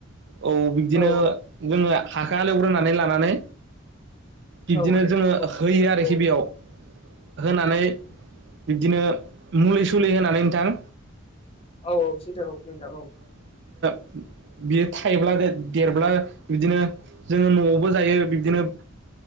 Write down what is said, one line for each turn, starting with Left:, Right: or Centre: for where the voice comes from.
Right: औ बिब्दिनो
Left: औ
Right: जोङो हाखौ हालेवग्रोनानै लानानै बिब्दिनो
Left: औ आदै
Right: जोङो
Left: औ
Right: होयो
Left: सरि औ
Right: आरोखि
Left: औ
Right: बेयाव होनानै बिब्दिनो मुलि सुलि होनानै नोंथां
Left: औ औ सैथो औ <unintelligible>
Right: बियो थाइब्ला बे देरब्ला बिदिनो जोङो न'आवबो जायो बिबदिनो